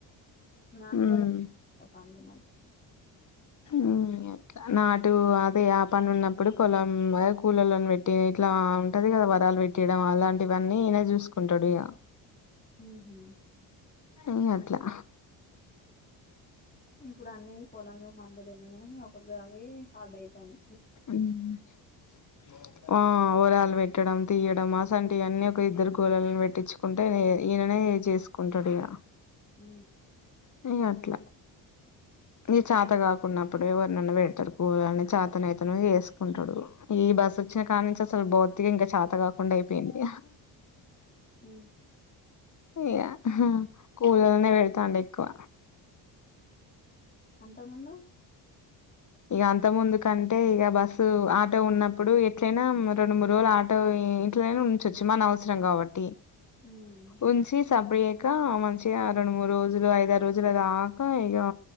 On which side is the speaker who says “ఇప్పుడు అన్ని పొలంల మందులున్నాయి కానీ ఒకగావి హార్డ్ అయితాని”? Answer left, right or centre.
Left